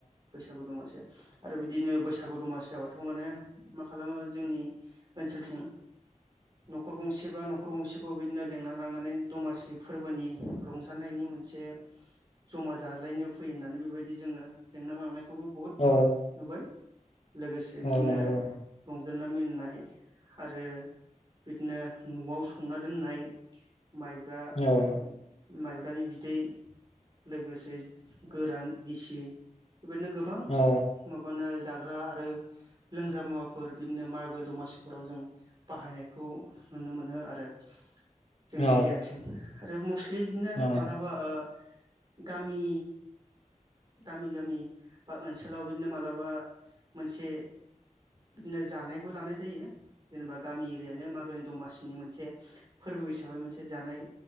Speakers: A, on the right; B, on the left.
A: बैसागु दमासि आरो बिदिनो बैसागु दमासि जाबाथ माने मा खालामो जोंनि ओनसोलथिं नखर गंसे बा नखर गंसेखौ बि बिदिनो लेंना लांनानै दमासि फोरबोनि रंजानायनि मोनसे ज'मा जाज्लायनो फैयो होननानै बेबायदि जोंङो लेंना लांनाय बे खौबो बुहुत
B: औ
A: नुबाय लोगोसे बिदिनो
B: औ नंगौ
A: रंजानाय मिनाय आरो बिदिनो नआव संना दोननाय माइब्रा
B: औ
A: माइब्रानि बिदै लोगोसे गोरान गिसि बेबायदिनो गोबां
B: औ
A: माबानो जाग्रा आरो लोंग्रा मुवाफोर बिदिनो मागो दमासिफोराव जों बाहायनायखौ नुनो मोनो आरो। जोंनि
B: औ
A: एरियाथिं आरो मस्टलि बिदिनो
B: औ
A: मालाबा ओ गामि गामि-गामि बा ओनसोलाव बिदिनो मालाबा मोनसे बिदिनो जानायबो लानाय जायो। जेनेबा गामि एरियानो मागोनि दमासिनि मोनसे फोरबो हिसाबै मोनसे। एसे जानाय